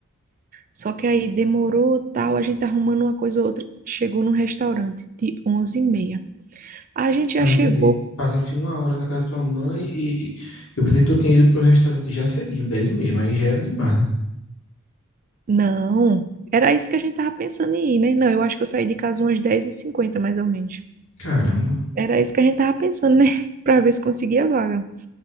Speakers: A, on the right; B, on the left.
A: Só que aí demorou, tal, a gente arrumando uma coisa ou outra. Chegou no restaurante de onze e meia. A gente já
B: Ah,
A: chegou.
B: entendi. Passasse uma hora na casa da tua mãe e, e eu pensei que tu tinha ido pro restaurante já cedinho, 10 e meia, mas já era demais, né?
A: Não, era isso que a gente tava pensando em ir, né? Não, eu acho que eu saí de casa umas dez e cinquenta mais ou menos.
B: Caramba.
A: Era isso que a gente tava pensando, né? <laughs> Pra ver se conseguia a vaga.